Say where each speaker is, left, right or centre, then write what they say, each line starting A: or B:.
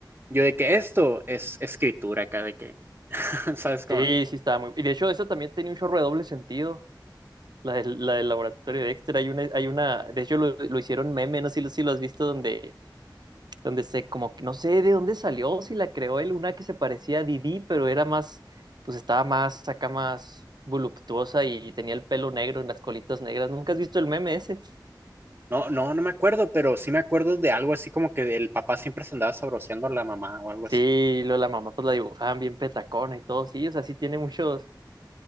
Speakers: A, on the right; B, on the right.
A: yo de que esto es escritura acá de que, <laughs> ¿sabes cómo?
B: Sí, sí, estaba muy. Y de hecho, eso también tenía un chorro de doble sentido. La del, la del laboratorio de Dexter. Hay una, hay una. De hecho, lo, lo hicieron meme, no sé si lo, si lo has visto, donde, donde se, como que no sé de dónde salió, si la creó él, una que se parecía a Didi, pero era más, pues estaba más, acá más voluptuosa y tenía el pelo negro y las colitas negras. ¿Nunca has visto el meme ese?
A: No, no, no me acuerdo, pero sí me acuerdo de algo así como que el papá siempre se andaba sabroseando a la mamá o algo
B: Sí,
A: así.
B: lo de la mamá pues la dibujaban bien petacona y todo, sí, o sea, sí tiene muchos,